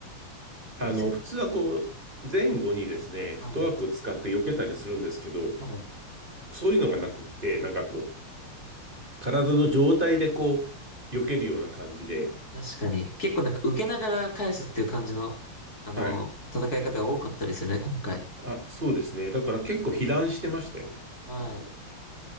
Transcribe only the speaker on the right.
あの、
普通はこう、前後にですね、フットワークを使って避けたりするんですけど、
そういうのがなくって、なんかこう、体の状態でこう、避けるような感じで、
はい。
あ、そうですね。だから結構被弾してましたよね。